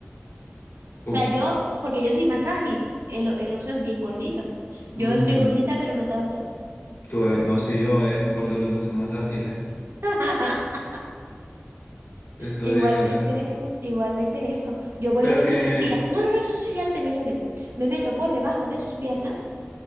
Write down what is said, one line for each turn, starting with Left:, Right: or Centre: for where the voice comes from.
Left: Tú,
Right: O sea, yo, porque yo soy más ágil, el, el oso es bien gordito. Yo
Left: mm,
Right: estoy
Left: tú-
Right: gordita, pero no tanto.
Left: tú, eh, no sé yo, ¿eh? ¿Cuál de los dos es más ágil, eh?
Right: <laughs>
Left: Eso
Right: Igualmente,
Left: habría que ver.
Right: igualmente eso. Yo voy
Left: Pero
Right: así.
Left: que.
Right: Mira, no, no, no, eso sí, ya lo tengo, ya lo tengo. Me meto por debajo de sus piernas,